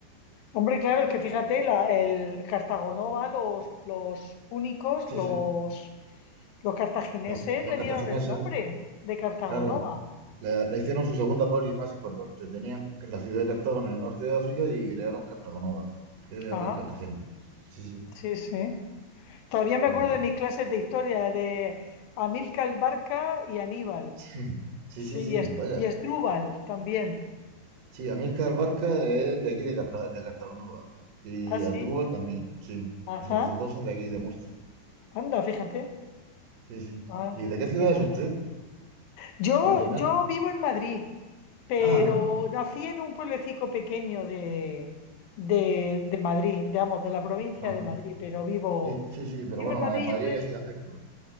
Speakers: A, on the left; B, on the right.
A: Hombre, claro, es que fíjate, la, el Cartagonova, los, los púnicos,
B: Sí,
A: los,
B: sí,
A: los cartagineses
B: lo- los,
A: le
B: cartagineses,
A: dieron el nombre de Cartagonova.
B: claro, la, la hicieron su segunda polis más importante. Tenían la ciudad de Cartago en el norte de África y crearon Cartago Nova, que ahora
A: Ah,
B: es Cartagena. Sí, sí.
A: sí, sí. Todavía me
B: Pues
A: acuerdo de mis clases de historia de Amílcar Barca y Aníbal.
B: <clears throat> Sí,
A: Sí,
B: sí, sí,
A: y, es,
B: vaya.
A: y Esdrúbal también.
B: Sí, a mí el Carl Barca es de aquí de, Carta- de Cartagonova. Y
A: Ah, sí.
B: Asdrúbal también, sí.
A: Ajá.
B: Esos, esos dos son de aquí, de Murcia.
A: Anda, fíjate.
B: Sí, sí.
A: Ah,
B: ¿Y de qué ciudad
A: mira.
B: es usted?
A: Yo,
B: Originario.
A: yo vivo en Madrid, pero
B: Ajá,
A: nací en un pueblecico pequeño de, de, de Madrid, digamos, de la provincia
B: ajá.
A: de Madrid, pero vivo,
B: Sí, sí, sí, pero
A: vivo
B: bueno,
A: en Madrid,
B: Ma- Madrid
A: entonces,
B: es gigantesco.